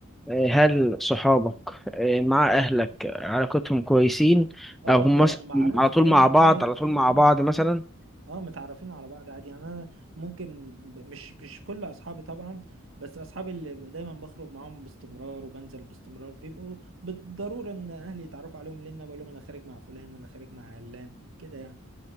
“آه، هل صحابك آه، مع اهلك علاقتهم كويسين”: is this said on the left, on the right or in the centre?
Centre